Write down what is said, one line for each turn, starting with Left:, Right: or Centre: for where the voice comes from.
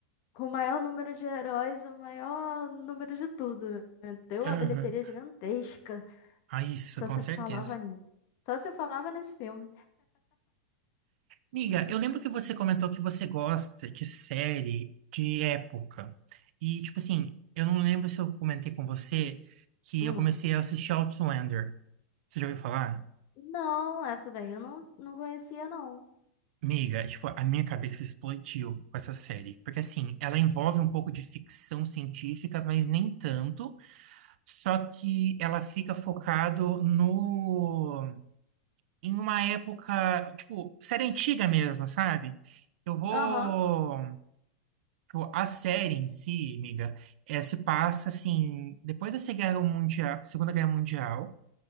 Left: Com o maior número de heróis, o maior número de tudo. né? Deu uma
Right: aham.
Left: bilheteria gigantesca.
Right: Ah, isso,
Left: Só
Right: com
Left: se
Right: certeza.
Left: falava nisso. Só se falava nesse filme.
Right: Miga, eu lembro que você comentou que você gosta de série de época. E, tipo assim, eu não lembro se eu comentei com você que
Left: Hum.
Right: eu comecei a assistir Outlander. Você já ouviu falar?
Left: Não, essa daí eu não, não conhecia, não.
Right: Miga, tipo, a minha cabeça explodiu com essa série. Porque, assim, ela envolve um pouco de ficção científica, mas nem tanto. Só que ela fica focado no... em uma época, tipo, série antiga mesmo, sabe? Eu vou.
Left: Aham.
Right: Tipo, A série em si, amiga, é, se passa assim, depois da Segunda Guerra Mundial, Segunda Guerra Mundial,